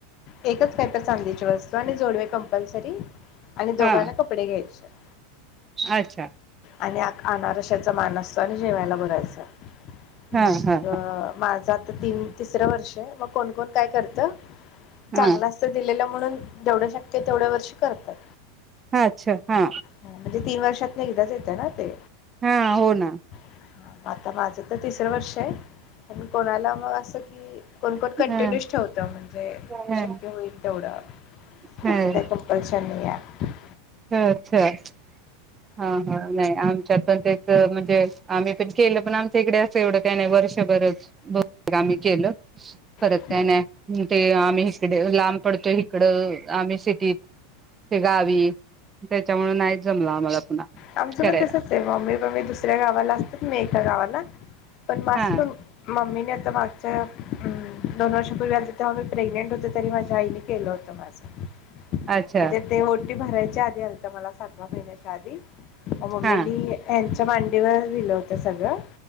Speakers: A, on the left (about 45°); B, on the right (about 20°).
A: एकच काहीत चांदीची वस्तू आणि जोडवे कंपलसरी आणि दोघांना
B: हा
A: कपडे घ्यायचे
B: अच्छा
A: आणि आक आणारशाचा मानस त्यानं जेवायला भरायच
B: हा
A: मग
B: हा
A: माझ आता तीन तिसरं वर्ष मग कोणकोण काय करत
B: हा
A: चांगला असत दिलेलं म्हणून जेवढ्या शक्य तेवढ्या वर्षी करतात.
B: हा अच्छा हा
A: म्हणजे तीन वर्षात एकदाच येतं ना ते
B: हा हो ना
A: हा, मग आता माझं तर तिसर वर्षय पण कोणाला मग असं कि कोणकण कंटिन्यूस
B: हा
A: ठेवत म्हणजे
B: हा
A: शक्य होईल तेवढं
B: हा
A: असं काही कंपल्शन नाहीये.
B: अच्छा हा हा नाही आमच्यात पण त्याच म्हणजे आम्ही पण केलं पण आमच्या इकडे असं एवढं काही नाही वर्षभरच बहुतेक आम्ही केलं. परत
A: आहे
B: काय नाही ते आम्ही हिकडे लांब पडतोय हिकडं आम्ही सिटीत ते गावी त्याच्यामुळ नाहीच जमला आम्हाला पुन्हा
A: आमचं
B: करायला
A: पण तसच आहे मम्मी पम्मी दुसऱ्या गावाला असतात. मेका गावा ला पण मास
B: हा
A: पण मम्मी हि इथं मागच्या उम दोन वर्षापूर्वी आलती तेव्हा मी प्रेगनेंट होते तरी माझ्या आईने केलं होतं. त माझं
B: अच्छा
A: म्हणजे ते ओटी भराय च्या आधी आलता मला सातवा महिन्याच्या आधी <inaudible> मग मम्मीनी
B: हा
A: <unintelligible> च्या मांडीवर दिलं होतं सगळं.